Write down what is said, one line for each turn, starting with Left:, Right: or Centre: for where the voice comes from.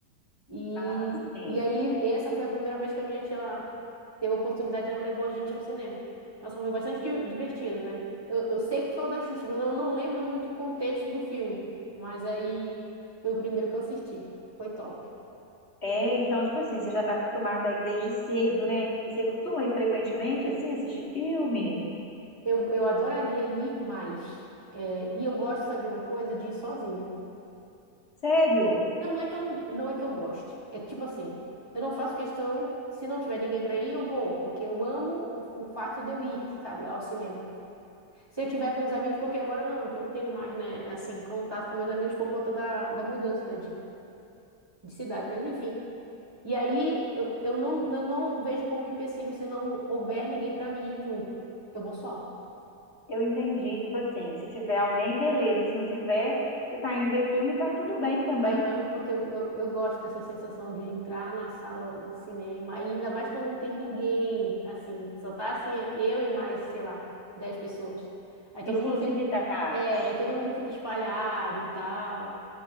Right: E,
Left: ah, sim.
Right: e aí, essa foi a primeira vez que a minha tia ela teve a oportunidade, ela levou a gente ao cinema. Nossa, foi bastante di- divertido, né? Eu, eu sei que foi o da Xuxa, mas eu não lembro muito o contexto do filme. Mas aí foi o primeiro que eu assisti. Foi top.
Left: É, então, tipo assim, você já tá acostumada aí desde cedo, né? E você costuma ir frequentemente, assim, assistir filme?
Right: Eu, eu adoraria ir mais. É, e eu gosto, sabe, de uma coisa, de ir sozinha.
Left: Sério?
Right: Não, não é que eu não, não é que eu goste. É tipo assim, eu não faço questão, se não tiver ninguém para ir, eu vou, porque eu amo o, o fato de eu ir, sabe, ao cinema. Se eu tiver com os amigos, porque agora não, porque eu não tenho mais, né, assim, contato com meus amigos por conta da, da mudança, né, de, de cidade, mas enfim. E aí eu, eu não, eu não vejo como um empecilho se não houver ninguém para mim ir junto. Eu vou só.
Left: Eu entendi, tipo assim, se tiver alguém, beleza. Se não tiver, você tá indo ver filme, tá tudo bem também.
Right: Aham, porque eu, eu, eu gosto dessa sensação de entrar na sala do cinema, aí ainda mais quando não tem ninguém, assim, só tá assim, eu e mais, sei lá, 10 pessoas. Aí todo
Left: Exclusividade.
Right: mundo fica, é, aí todo mundo fica espalhado e tal,